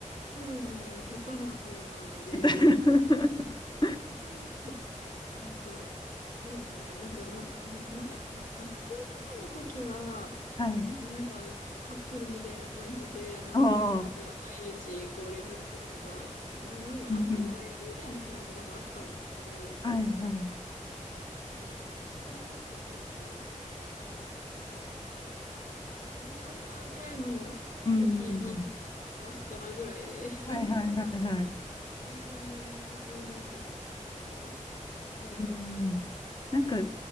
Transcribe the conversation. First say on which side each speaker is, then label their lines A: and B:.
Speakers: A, on the left; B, on the left.
A: 取るの下手な方なので、
B: <laughs>
A: えなんか、そうですね。なんか、ま、む前、お学生くらいの時は、
B: はい。<laughs> ね
A: ね、なんか、カップルみたいな感じで、あの、
B: ああ。
A: 仲いいことは毎日、
B: う
A: こう、連絡するのが、な、なんだ、当たり前みたいな感じのがあったんですけど、
B: んうん。はいはい。
A: ね、大人になってくると、なんか、たまに会おうかぐらいの時に
B: うんうんうん。
A: 話すかなぐらいで、<laughs>
B: はいはいはいはい。
A: 全然連絡取らなくなっちゃいましたね。
B: うん。なんか、